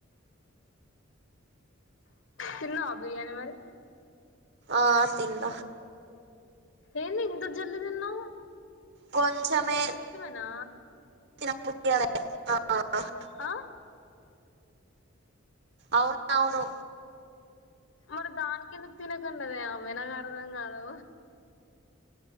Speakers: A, on the left; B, on the right.
A: కన్నా బిర్యానీ మరి
B: ఆ తింద
A: ఏన్ ఇంత జల్దన్నా
B: కొంచమే
A: నా
B: ఆ
A: ఆ
B: అవున అవును
A: మరి దానినికి ఎందుకు తినకండద ఆమె నాకు అర్థం కాదు